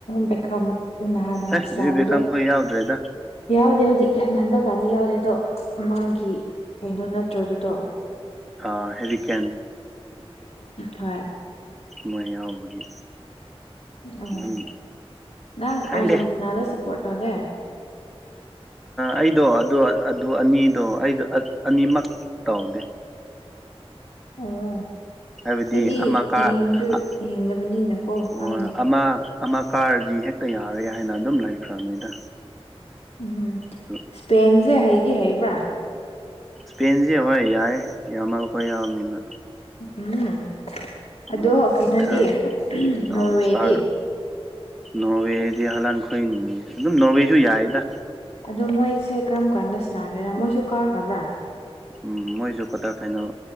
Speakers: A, on the left; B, in the centre.
A: ꯕꯦꯛꯈꯝ ꯅꯍꯥꯟ ꯅꯍꯥꯟ
B: ꯑꯦ
A: ꯇꯅꯥꯕꯗꯣ
B: ꯗꯦꯕꯤꯠ ꯕꯦꯈꯝ ꯈꯣꯏ ꯌꯥꯎꯗ꯭ꯔꯦꯗ
A: ꯌꯥꯎꯗꯦ ꯍꯧꯖꯤꯛ ꯍꯟꯗꯛꯀꯥꯟꯗꯤ ꯌꯥꯎꯗꯦ ꯑꯗꯣ ꯃꯥꯒꯤ ꯀꯩꯅꯣ ꯅꯠꯇꯔꯣ ꯗꯨꯗꯣ꯫
B: ꯑ ꯍꯦꯔꯤ ꯀꯦꯟ꯫
A: ꯍꯣꯏ
B: ꯃꯥꯏ ꯌꯥꯎꯕꯒꯤ
A: ꯑ
B: ꯑꯗꯨꯝ
A: ꯅꯪ ꯑꯥꯔꯖꯦꯟꯇꯤꯅꯥꯗ
B: ꯈꯪꯗꯦ
A: ꯁꯞꯄꯣꯔꯠ ꯇꯧꯗꯦ꯫
B: ꯑꯩꯗꯣ ꯑꯗꯨ ꯑꯗꯨ ꯑꯅꯤꯗꯣ ꯑꯩꯗꯣ ꯑꯅꯤꯃꯛ ꯇꯧꯗꯦ
A: ꯑꯣ
B: ꯍꯥꯏꯕꯗꯤ
A: ꯑꯩꯗꯤ
B: ꯑꯃꯀꯥ
A: ꯌꯦꯡꯁꯨ
B: ꯑ ꯑꯣ
A: ꯌꯦꯡꯗꯕꯅꯤꯅꯀꯣ ꯈꯪꯗꯦ
B: ꯑꯃ ꯑꯃ ꯀꯥꯔꯗꯤ ꯍꯦꯛꯇ ꯌꯥꯔꯦ ꯍꯥꯏꯅ ꯑꯗꯨꯝ ꯂꯩꯈ꯭ꯔꯕꯅꯤꯗ꯫
A: ꯎꯝꯍꯝ
B: ꯑꯗꯨ
A: ꯁ꯭ꯄꯦꯟꯁꯦ ꯍꯩꯗꯤ ꯍꯩꯕ꯭ꯔꯥ꯫
B: ꯄꯦꯟꯁꯦ ꯍꯣꯏ ꯌꯥꯏ ꯌꯥꯝꯃꯥꯜꯂꯈꯣꯏ ꯌꯥꯎꯕꯝꯅꯤꯅ꯫
A: ꯎꯝ ꯑꯗꯣ
B: ꯎꯝ
A: ꯀꯩꯅꯣꯗꯤ
B: ꯈꯔ
A: ꯅꯣꯔꯋꯦꯗꯤ꯫
B: ꯑꯥ ꯏꯁꯇꯥꯔ ꯅꯣꯔꯋꯦꯗꯤ ꯍꯂꯥꯟꯈꫭꯏꯅꯤꯅꯦ ꯑꯗꯨꯝ ꯅꯣꯔꯋꯦꯁꯨ ꯌꯥꯏꯗ꯫
A: ꯑꯗꯣ ꯃꯣꯏꯁꯦ ꯀꯔꯝꯀꯥꯟꯗ ꯁ꯭ꯅꯥꯒꯦꯔꯥ ꯃꯣꯏꯁꯨ ꯀꯥꯈ꯭ꯔꯕ꯭ꯔꯥ꯫
B: ꯎꯝ ꯃꯣꯏꯁꯨ ꯀ꯭ꯋꯥꯇꯔ ꯐꯥꯏꯅꯦꯜ